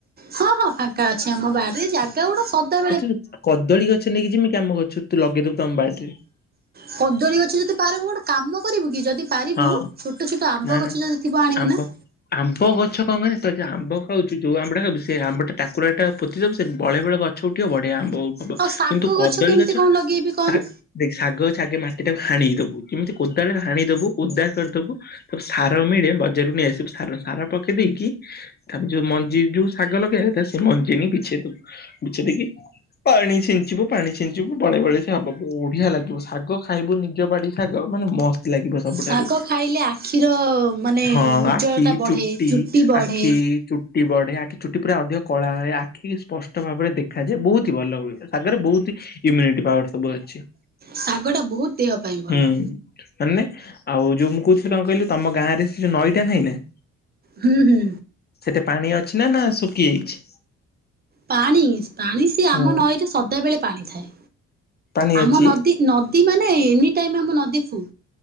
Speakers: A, on the right; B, on the left.
A: ହଁ ହଁ ଫାଙ୍କା ଅଛି ଆମ ବାଡିରେ ଜାଗା ଗୋଟା ସଦା
B: ଏଠି ଯୁ କଦଳୀ ଗଛ ନେଇକି ଯିବିକୀ ଆମ୍ ଗଛ ରୁ ତୁ ଲଗେଇଦବୁ ତମ ବାଡିରେ।
A: କଦଳୀ ଗଛ ଯଦି ପାରିବୁ ଗୋଟେ କାମ କରିବୁ କି ଯଦି ପାରିବୁ
B: ହଁ
A: ଛୋଟ ଛୋଟ ଆମ୍ବ
B: ନା
A: ଗଛ
B: ନା
A: ଯଦି ଥିବ ଆଣିବୁ
B: ଆମ୍ବ
A: ନା।
B: ଆମ୍ବ ଗଛ କଣ କହ ତ ଆମ୍ବ ଖାଉଛୁ ଯୋଉ ଆମ୍ୱ ଟା ଖଇବୁ ସେ ଆମ୍ବଟା ଟାକୁ ଟା ପୋତି ଦବୁ ସେ ବଳେ ବେଳେ ଗ ଛୋଟିଆ ବଢିଆ ଆମ୍ବ ହବ
A: ଆଉ ଶାଗ
B: କିନ୍ତୁ କଦଳୀ
A: କେମିତି
B: ଗଛ
A: କଣ ଲଗେଇବି କହନି?
B: ସା ଦେଖେ ଶାଗେ ଗଛ ମାଟି ଟାକୁ ହାଣି ଦବୁ କେମିତି କୋଦାଳ ହାଣି ଦବୁ ଓଦା କରିଦବୁ। ସାର ମିଳେ ବଜାରରୁ ନେଇ ଆସିବୁ ସାର ସାର ପକେଇ ଦେଇକି। ତାପ ଯଉ ମଞ୍ଜି ଯୋଉ ଶାଗ ଲଗେଇ କଥା ସେ ମଞ୍ଜି ନେଇ ବିଛେଇ ଦବୁ ବିଛେଇ ଦେଇକି ପାଣି ଛିଞ୍ଚିବୁ ପାଣି ଛିଞ୍ଚିବୁ ବଳେ ବଳେ ସେ ହବ ବଢିଆ ଲାଗିବୁ ଶାଗ ଖାଇବୁ ନିଜ ବାଡି ସାଗ ମାନେ ମସ୍ତ ଲାଗିବ ସବୁଠାରୁ
A: ଶାଗ ଖାଇଲେ ଆଖିର ମାନେ
B: ହଁ
A: ଉଜ୍ଜଳତା
B: ଆଖି
A: ବଢେ
B: ଚୁଟି
A: ବଢେ।
B: ଆଖି ଚୁଟି ବଢେ ଆଖି ଚୁଟି ପୁରା ଅଧିକ କଳା ହୁ। ଆଖି ସ୍ପଷ୍ଟ ସ୍ପଷ୍ଟ ଭାବରେ ଦେଖାଯାଏ। ବହୁତ ହି ଭଲ ହୁଏ ସାଗରେ ବହୁତି ଇମ୍ୟୁନିଟି ପାୱାର ସବୁ ଅଛି।
A: ଶାଗ ଟା ବହୁତୁ ଦେହ ପାଇଁ ଭଲ।
B: ହୁଁ ମାନେ ଆଉ ଯୋଉ ମୁଁ କହୁଥିଲି କଣ କହିଲି ତମ ଗାଁରେ ସେ ଯୋଉ ନଈଟା ନାହିଁ ନା
A: ହୁଁ ହୁଁ।
B: ସେଇଟା ପାଣି ଅଛି ନା ନା ଶୁଖି ଯାଇଛି?
A: ପାଣି ପାଣି ସିଏ ଆମ
B: ହଁ
A: ନଈରେ ସଦାବେଳେ ପାଣି ଥାଏ।
B: ପାଣି
A: ଆମ
B: ଅଛି
A: ନଦୀ ନଦୀ ମାନେ ଏନି ଟାଇମ ଆମ ନଦୀ ଫୁ